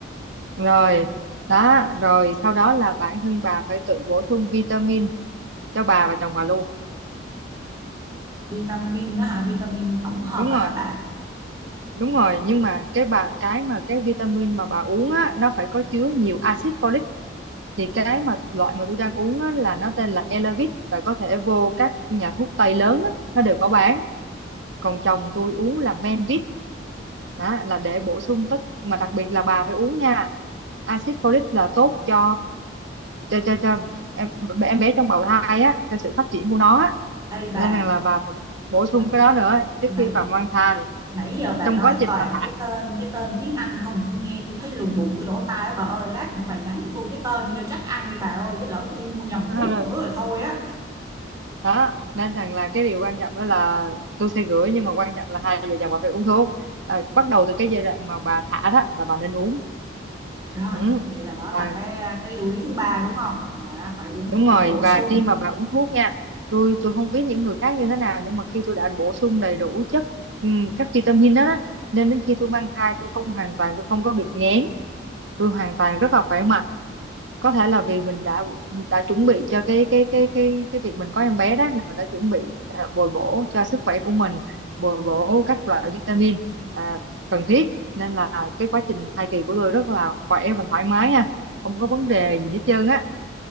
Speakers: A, on the right (about 80°); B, on the right (about 20°).
A: rồi đó rồi sau đó là bản thân bà phải tự bổ sung vitamin cho bà và chồng bà luôn
B: vitamin đó hả vitamin tổng hợp
A: đúng
B: đó
A: rồi
B: hả bà
A: đúng rồi nhưng mà cái bà cái mà cái vitamin mà bà uống á nó phải có chứa nhiều axit folic thì cái mà loại mà tôi đang uống á, là nó tên là Elavit và có thể vô các nhà thuốc tây lớn á, nó đều có bán còn chồng tôi uống là Menvit đó là để bổ sung tất mà đặc biệt là bà phải uống nha axit folic là tốt cho cho cho, cho em, em bé trong bào thai á cho sự phát triển của nó á.
B: Ê
A: nên
B: bà
A: rằng là bà phải bổ sung
B: n-
A: cái đó nữa trước
B: nãy
A: khi bà mang thai
B: nãy giờ bà
A: trong
B: nói
A: quá trình
B: toàn
A: bà
B: cái tên cái tên tiếng Anh không tôi nghe tôi thấy lùng bùng cái lỗ tai á bà ơi lát nữa bà nhắn cho tôi cái tên đi cho chắc ăn đi bà ơi chứ lỡ tôi đi mua nhầm
A: thả
B: thuốc nữa rồi thôi á
A: đó nên rằng là cái điều quan trọng đó là tôi sẽ gửi nhưng mà quan trọng là hai vợ chồng bà phải uống thuốc à, bắt đầu từ cái giai đoạn mà bà thả đó là bà nên uống
B: rồi
A: ừ.
B: vậy là đó
A: và
B: là cái cái lưu ý thứ ba đúng không là phải uống
A: đúng
B: uống
A: rồi
B: bổ
A: và
B: sung
A: khi mà bà uống thuốc nha tôi tôi không biết những người khác như thế nào nhưng mà khi tôi đã bổ sung đầy đủ chất ừm, các vitamin đó, đó nên đến khi tôi mang thai tôi không hoàn toàn tôi không có bị nghén tôi hoàn toàn rất là khỏe mạnh có thể là vì mình đã đã chuẩn bị cho cái cái cái cái cái việc mình có em bé đó là mình đã chuẩn bị à, bồi bổ cho sức khỏe của mình bồi bổ các loại vitamin à, cần thiết nên là cái quá trình thai kỳ của tôi rất là khỏe và thoải mái ha không có vấn đề gì hết trơn á